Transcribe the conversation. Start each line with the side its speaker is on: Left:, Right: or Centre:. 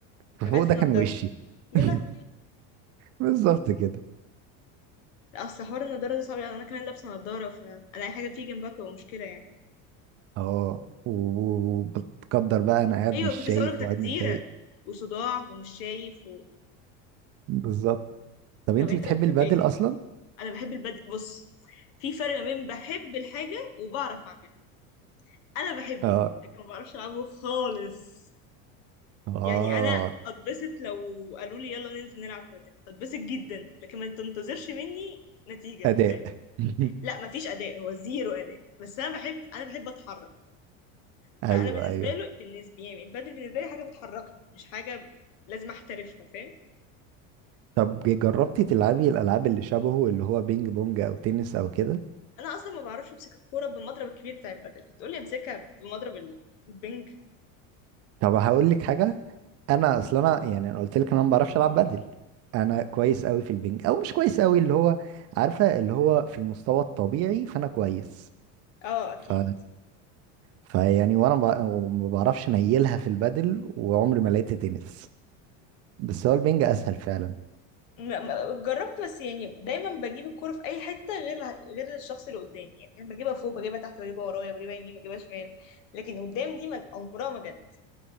Left: فجت
Right: ففوق ده
Left: في
Right: كان
Left: نضارتك
Right: وشي
Left: يا
Right: <laughs>
Left: لهوي
Right: بالظبط كده
Left: لا اصل حوار النضاره ده صعب لأن انا كمان لابسه نضاره فانا اي حاجه تيجي جنبها بتبقى مشكله يعني
Right: اه و- وبتقدر بقى انا قاعد
Left: ايوه
Right: مش شايف
Left: كنت لسه هقولك تجزيره
Right: وقاعد متضايق
Left: وصداع ومش شايف و...
Right: بالظبط طب انت
Left: طب انت
Right: بتحبي
Left: بتحب
Right: البادل
Left: ايه
Right: اصلا
Left: انا بحب البدء بص في فرق ما بين بحب الحاجه وبعرف اعملها انا بحبه
Right: اه
Left: لكن ما بعرفش العبه خالص
Right: اه
Left: يعني انا اتبسط لو قالوا لي يلا ننزل نلعب بادل هتبسط جدا لكن ما تنتظرش مني نتيجه
Right: اداء
Left: فاهم
Right: <laughs>
Left: لا ما فيش اداء هو زيرو اداء بس انا بحب انا بحب اتحرك فانا
Right: ايوه
Left: بالنسبه
Right: ايوه
Left: له بالنسبه يعني البادل بالنسبه لي حاجه بتحركني مش حاجه لازم احترفها فاهم
Right: طب ج- جربتي تلعبي الالعاب اللي شبهه اللي هو بينج بونج او تنس او كده
Left: انا اصلا ما بعرفش امسك الكوره بالمضرب الكبير بتاع البادل هتقولي امسكها بمضرب ال- البنج
Right: طب هقول لك حاجه انا اصلا انا يعني انا قلت لك انا ما بعرفش العب بدل انا كويس قوي في البينج او مش كويس قوي اللي هو عارفه اللي هو في المستوى الطبيعي فانا كويس
Left: اه اكيد
Right: ف فيعني وانا ب- ما بعرفش نيلها في البدل وعمري ما لقيت تنس بس هو البينج اسهل فعلا
Left: م- م- جربت بس يعني دايما بجيب الكرة في اي حتة غير غير الشخص اللي قدامي يعني فاهم؟ بجيبها فوق بجيبها تحت بجيبها ورايا بجيبها يمين بجيبها شمال لكن قدام دي ما- عمرها ما جت